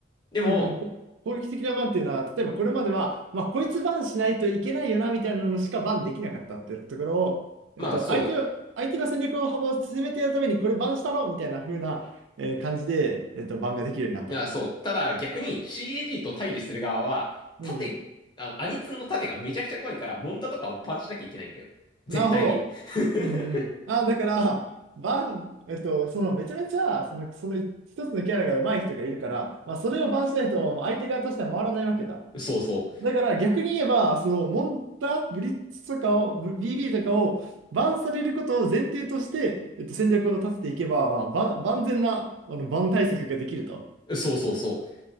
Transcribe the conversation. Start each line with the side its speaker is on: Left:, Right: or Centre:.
Left: でも、
Right: うんうん、こ攻撃的なバンっていうのは、例えばこれまでは、まあ、こいつバンしないといけないよなみたいなのしかバンできなかったっていうところを、えっと、
Left: まあそうだね。
Right: 相手を、相手の戦略の幅を縮めてやるために、これバンしたろみたいな風な、えー感じで、えっと、バンができるようになったと。
Left: いや、そう。ただ逆に CAG と対峙する側は、
Right: うんうん、
Left: 盾、あの、アニツンの盾がめちゃくちゃ怖いから、モンタとかをバンしなきゃいけないんだよ。絶対に。
Right: なるほど。
Left: <laughs>
Right: うんうん。あだから、バン、えっと、そのめちゃめちゃ、その、その一つのキャラが上手い人がいるから、まあ、それをバンしないと、まあ相手側としては回らないわけだ。
Left: そうそ
Right: だから逆に言えば、そのモンタ、ブリッツとかを、ブ BB とかをバンされることを前提として、えっと、戦略を立てていけば、まあ、万万全なあのバン対策ができると。
Left: う。そうそうそう。